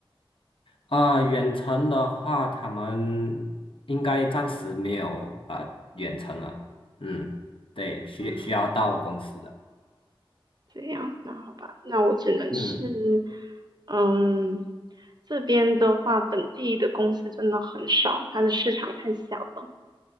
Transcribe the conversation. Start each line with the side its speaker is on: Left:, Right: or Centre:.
Left: 啊、远程的话，他们应该暂时没有啊、远程了。嗯，对，需需要到公司的。
Right: 嗯，这样，那好吧，那我只能是，
Left: 嗯
Right: 嗯，这边的话，本地的公司真的很少，它的市场太小了。